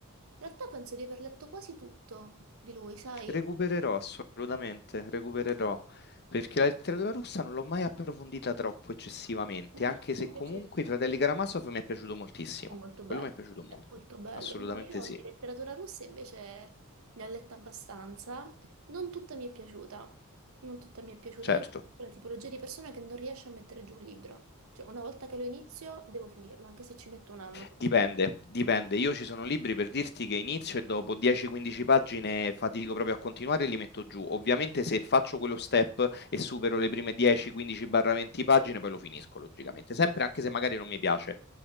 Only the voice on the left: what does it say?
Recupererò assolutamente, recupererò. Perché la letteratura russa non l'ho mai approfondita troppo eccessivamente,
anche
se comunque
i Fratelli Karamazov mi è piaciuto moltissimo.
Quello mi è piaciuto molto,
assolutamente
sì,
certo.
Dipende, dipende. Io ci sono libri per dirti che inizio e dopo 10-15 pagine fatico proprio a continuare e li metto giù. Ovviamente se faccio quello step e supero le prime 10-15-20 pagine, poi lo finisco logicamente, sempre anche se magari non mi piace.